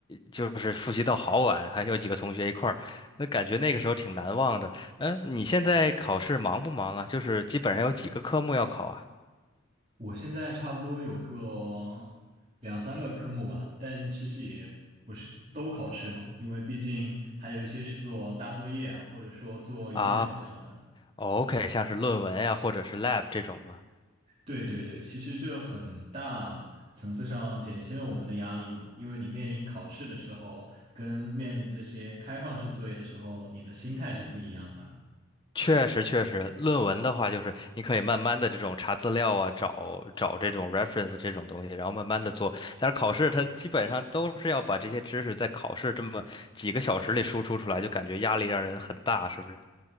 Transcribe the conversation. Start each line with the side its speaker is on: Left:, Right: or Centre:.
Left: 就是复习到好晚，还有几个同学一块儿，那感觉那个时候挺难忘的。嗯，你现在考试忙不忙啊？就是基本上有几个科目要考啊？
Right: 我现在差不多有个两三个科目吧，但其实也不是都考试嘛，因为毕竟还有一些是做大作业啊，或者说做演讲这样的。
Left: 啊。哦 OK，像是论文呀，或者是 lab 这种吗？
Right: 对对对，其实这很大层次上减轻了我们的压力嘛，因为你面临考试的时候，跟面临这些开放式作业的时候，你的心态是不一样的。
Left: 确实，确实，论文的话，就是你可以慢慢的这种查资料啊，找找这种 reference 这种东西，然后慢慢的做。但是考试它基本上都是要把这些知识在考试这么几个小时里输出出来，就感觉压力让人很大，是不是？